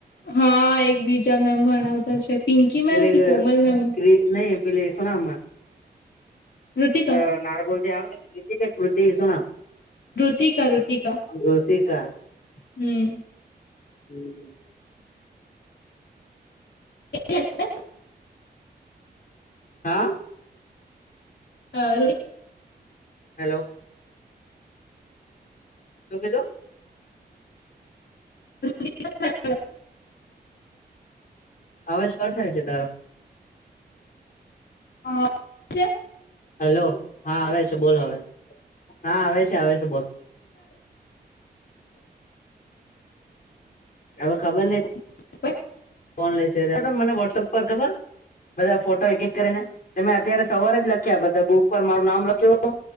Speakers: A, on the left; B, on the left.
A: હા એક બીજા મેમ ભણાવતા છે. પિંકી
B: પેલે
A: મેમ કે કોમલ મેમ
B: કે નહી પેલે સુના મે?
A: ઋતિકા
B: અ નારગોલ ત્યાં <unintelligible> કૃતિ શું નામ?
A: ટીક ઋતિક
B: કૃતિકા
A: હમ્મ.
B: હમ્મ.
A: <unintelligible>
B: હા.
A: અ
B: હલો. શું કીધું?
A: <unintelligible>
B: અવાજ કો થાય છે તારો.
A: હા <unintelligible>
B: હેલો હા આવે છે બોલ હવે હા આવે છે આવે છે બોલ. હવે ખબર નહીં.
A: <inaudible>
B: ફોન લેશે તમ મને વોટ્સઅપ પર ખબર. બધા ફોટો એકિક કરીને તમે અત્યારે સવારે જ લખ્યા બધા બુક પર મારું નામ લખ્યું.